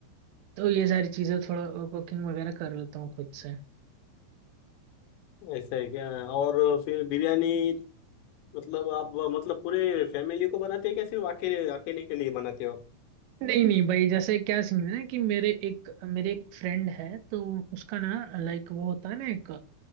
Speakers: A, on the right; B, on the left.
A: तो ये सारी चीजें थोड़ा कुकिंग वगैरह कर लेता हूँ खुद से
B: ऐसा है क्या और फिर बिरयानी मतलब आप अ, मतलब पूरे फैमिली को बनाते हैं क्या सिर्फ अकेले अकेले के लिए बनाते हो
A: नहीं नहीं भाई जैसे क्या सीन है ना कि मेरे एक मेरे एक फ्रेंड है तो उसका ना लाइक वो होता है ना एक